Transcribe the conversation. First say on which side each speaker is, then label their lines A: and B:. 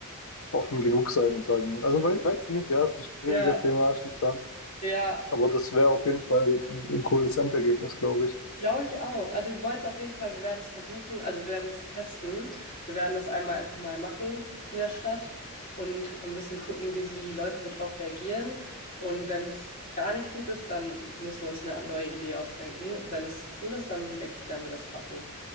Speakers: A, on the left; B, on the left.
A: offen genug sein und sagen, also weiß weiß ich nicht, ja, ist ein schwieriges
B: Ja,
A: Thema, stimmt schon.
B: ja,
A: Aber das wäre auf jeden Fall ein ein cooles Endergebnis, glaube ich.
B: glaube ich auch. Also wir wollen es auf jeden Fall, wir werden es versuchen, also wir werden es testen. Wir werden das einmal einfach mal machen in der Stadt und ein bisschen gucken, wie so die Leute so drauf reagieren. Und wenn es gar nicht gut ist, dann müssen wir uns eine neue Idee ausdenken. Wenn es cool ist, dann denke ich, werden wir das machen.